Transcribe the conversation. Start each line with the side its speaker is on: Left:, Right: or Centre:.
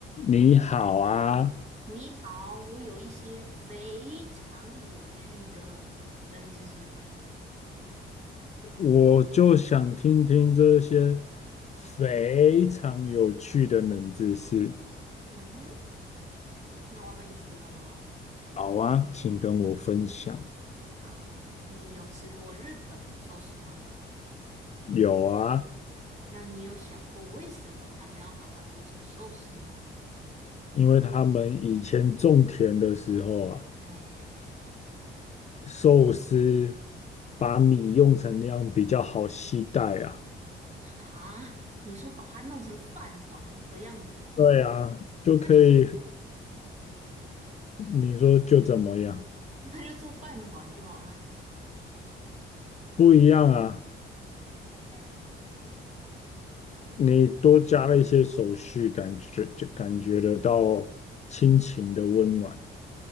Left: 你好啊，
Right: 你好，我有一些非常有趣的冷知识。
Left: 我就想听听这些非常有趣的冷知识。
Right: 嗯哼，那我要跟你说了哦。
Left: 好啊，请跟我分享。
Right: 好，你有吃过日本的寿司吗？
Left: 有啊，
Right: 那你有想过为什么他们要把它做成寿司吗？
Left: 因为他们以前种田的时候啊，
Right: 哎，
Left: 寿司把米用成那样比较好携带啊。
Right: 啊，你说把它弄成饭团的样子，
Left: 对啊，就可以，
Right: 那就是 <laughs>
Left: 你说就怎么样？
Right: 那就做饭团就好了。
Left: 不一样啊，
Right: 哎，
Left: 你多加了一些手续，感觉就感觉得到亲情的温暖。